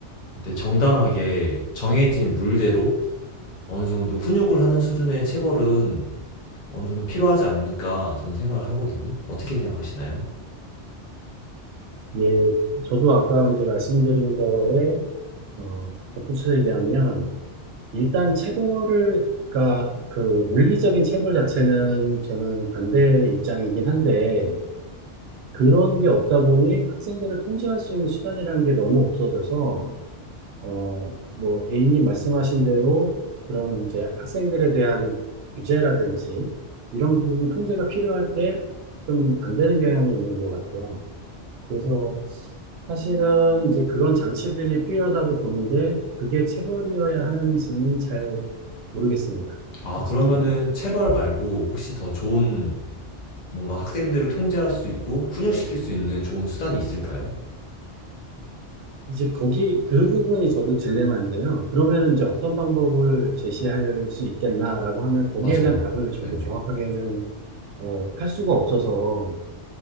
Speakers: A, on the left; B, on the right.
A: 그때 정당하게 정해진 룰대로 어느 정도 훈육을 하는 수준의 체벌은 어느 정도 필요하지 않을까 저는 생각을 하거든요. 어떻게 생각하시나요?
B: 예, 저도 아까 이제 말씀드린 거에 어, 덧붙여 얘기하면 일단 체벌을 그러니까 그 물리적인 체벌 자체는 저는 반대 입장이긴 한데 그런 게 없다 보니 학생들을 통제할 수 있는 수단이라는 게 너무 없어져서 어 뭐 A님 말씀하신 대로 그런 이제 학생들에 대한 규제라든지 이런 부분 통제가 필요할 때 좀 안 되는 경향이 있는 것 같아요. 그래서 사실은 이제 그런 장치들이 필요하다고 보는데 그게 체벌이어야 하는지는 잘 모르겠습니다.
A: 아,
B: 솔직히.
A: 그러면은 체벌 말고 혹시 더 좋은 뭔가 학생들을 통제할 수 있고 훈육시킬
B: 네.
A: 수 있는 좋은 수단이 있을까요?
B: 이제 거기 그 부분이 저도 딜레마인데요. 그러면 이제 어떤 방법을 제시할 수 있겠나라고 하면 거기에
A: 맞아요.
B: 대한 답을 저도
A: 네네.
B: 정확하게는 어, 할 수가 없어서